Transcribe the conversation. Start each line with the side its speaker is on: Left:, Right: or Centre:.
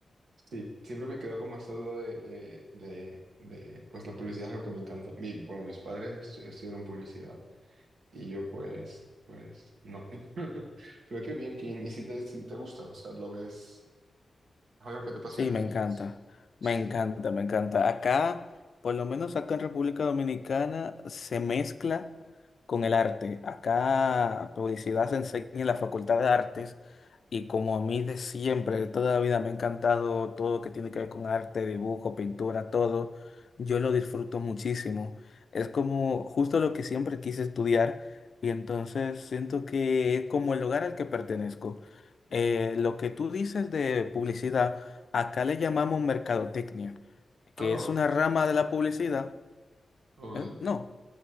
Right: Sí, siempre me quedó como esta duda de, de, de, de, pues la publicidad es algo que me encanta. Mi, bueno, mis padres estu- estudiaron publicidad y yo pues, pues no. <laughs> Pero qué bien, Kim. Y si te, si te gusta, o sea, lo ves, es algo que te apasiona,
Left: Sí, me
Right: dirías.
Left: encanta,
Right: Sí.
Left: me encanta, me encanta. Acá, por lo menos acá en República Dominicana, se mezcla con el arte. Acá publicidad se enseña en la Facultad de Artes y como a mí de siempre, de toda la vida me ha encantado todo lo que tiene que ver con arte, dibujo, pintura, todo, yo lo disfruto muchísimo. Es como justo lo que siempre quise estudiar y entonces siento que es como el lugar al que pertenezco. Eh, lo que tú dices de publicidad, acá le llamamos mercadotecnia, que
Right: Oh,
Left: es una rama de la publicidad.
Right: ok.
Left: ¿eh? No.